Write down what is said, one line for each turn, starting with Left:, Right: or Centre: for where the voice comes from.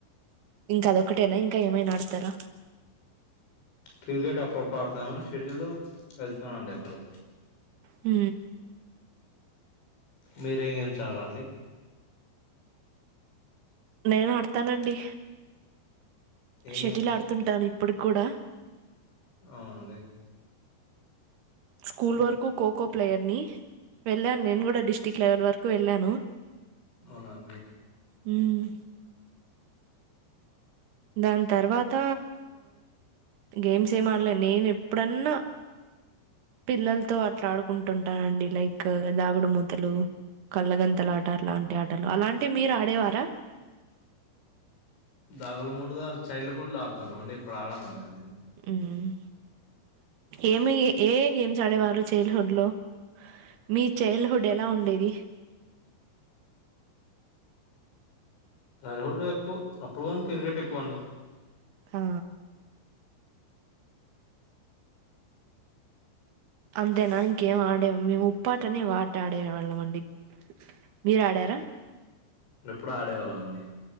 Right: ఇంకా అదొకటేనా ఇంకా ఏమై ఆడతారా
Left: క్రికెట్ అప్రోప ఆడతాను షెడ్యూల్ వెళ్ చూనండి ఎప్పుడు
Right: హ
Left: మీర ఏంం చారంాండి
Right: నేను ఆడతానండి
Left: ఏం
Right: షటిల్ ఆడుతుంటాను ఇప్పుడు కూడా
Left: అవ్వండి
Right: స్కూల్ వరకు ఖోఖో ప్లేయర్ ని వెళ్ళాను నేను కూడా డిస్ట్రిక్ట్ లెవెల్ వరకు కు వెళ్ళాను
Left: అవునాండి
Right: హ్మ్మ్ దాన్ తర్వాత గేమ్స్ ఏం ఆడలే నేను ఎప్పుడన్నా. పిల్లలతో అ అట్లా ఆడుకుంటంటానండి లైక్ దాగుడుమూతలు కల్లగంతల ఆటలాంటి ఆటలు అలాంటి మీరు ఆడేవారా
Left: దాగాల మూడుగా చైల్డ్ హుడ్ ఆడుతుంటామండి ఇప్పుడు ఆడమండినీ
Right: హ్మ్మ్ ఏమి ఏ గేమ్స్ ఆడేవారు చైల్డ్హుడ్ లో మీ చైల్డ్హుడ్ ఎలా ఉండేది
Left: చైల్డ్హుడ్ ఎకు అప్పుడు క్రికెట్ ఎక్కువ అండి
Right: ఆ అంతేనా ఇంకేం ఆడే మేము ఉప్పాటని ఓ ఆట ఆడేవాళ్ళం అండి మీర్ ఆడారా
Left: ఎప్పుడూ ఆడేవాళ్ళం అండి